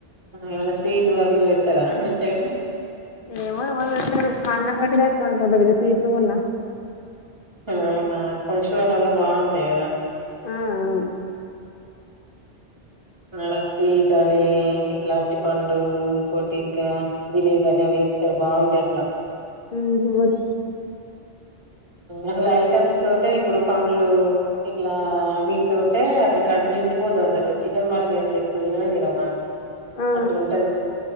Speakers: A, on the right; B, on the left.
A: ఇవళ స్వీట్ అవి ఇవి పెడతారా మేడం
B: ఏమో ఆ అన్నతొటే ఎక్కువ ఉంటాయి వీడియోస్ ఎట్లున్నా
A: అవునా ఫంక్షన్ హాళ్ళల్లో బాగుంటాయి కదా
B: ఆ ఆ
A: అలా స్వీట్ అని ఇట్లా అరటి పండు ఇంకోటి ఇంకా జిలేబీ అని అవి వేస్తే బాగుంటాయి అట్లా
B: ఊహు వచ్
A: అసలు ఐటమ్స్ తోటే ఇప్పుడు పండ్లు ఇట్లా వీటి తోటే అసలు కడుపు నిండిపోతుంది. చికెన్ మటన్ అసలు ఎక్కువ తిననే తినం మనం.
B: ఆ
A: అట్లు ఉంటది